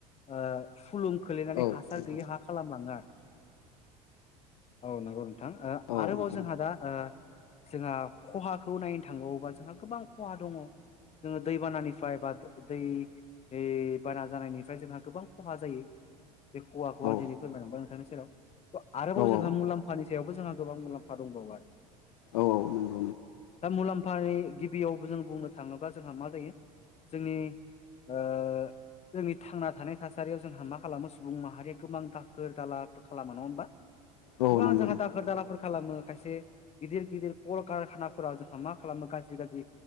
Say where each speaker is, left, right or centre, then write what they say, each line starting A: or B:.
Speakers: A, on the left; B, on the left.
A: ओ खुलुम खोलैनानै
B: औ
A: हासार
B: नोंथां
A: गैयै हा खालामलाङो आरो औ नंगौ नों हो
B: औ
A: आरोबाव
B: नंगौ
A: जोंहा दा ओ जोंहा खहाखौ नायनो थाङोबावबा जोंहा गोबां खहा दङ जोङो दैबानानिफ्राय बा दो-दै ओइ बाना जानायनिफ्राय जोंहा गोबां खहा जायो बे खहाखौ
B: औ
A: आं दिनै फोरमायनांबाय नोंथांनि सेराव। <inaudible> आरोबाव
B: औ
A: जोंहा
B: औ
A: मुलाम्फानि सायावबो जोंहा गोबां मुलाम्फा दंबावो आरो।
B: औ औ नों
A: दा मुलाम्फाइ गिबियावबो जों बुंनो थाङोब्ला जोंहा मा जायो जोंनि ओ जोंनि थांना थानाय था सारियाव जोंहा मा खालामो सुबुं माहारिया गोबां दाखोर दालाफोर खालामो नङा होमबा?
B: औ
A: गोबां
B: नंगौ
A: जोंहा
B: नोंथां
A: दाखोर दालाफोर खालामो खायसे गिदिर गिदिर र्क कार खानाफोरा जोंहा मा खालामो गाज्रि गाज्रि